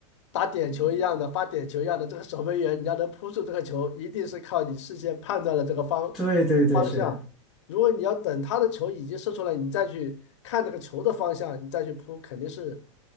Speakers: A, on the left; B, in the centre.
A: 打点球一样的，发点球一样的，这个守门员你要能扑住这个球，一定是靠你事先判断了这个方
B: 对对对，
A: 方向。
B: 是的，
A: 如果你要等他的球已经射出来，你再去看这个球的方向，你再去扑，肯定是